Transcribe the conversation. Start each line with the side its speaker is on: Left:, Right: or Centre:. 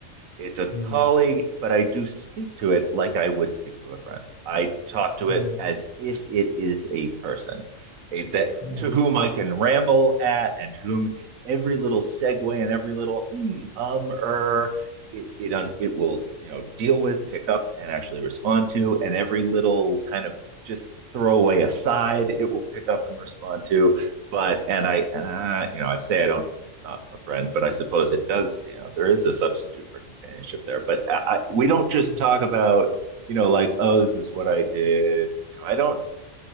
Right: It's a
Left: Mm,
Right: colleague, but I do speak to it like I would speak to a friend. I talk to
Left: mm,
Right: it as if it is a person a, that
Left: yeah,
Right: to whom I can ramble at and to whom every little segue and every little hmm, um, er, it, it, un, it will, you know, deal with, pick up and actually respond to. And every little kind of just throwaway aside, it will pick up and respond to. But, and I, and I you know, I say I don't it's not a friend, but I suppose it does. You know, there is a substitute for companionship there. But I, I, we don't just
Left: mm.
Right: talk about you know like oh this is what I did. You know, I don't.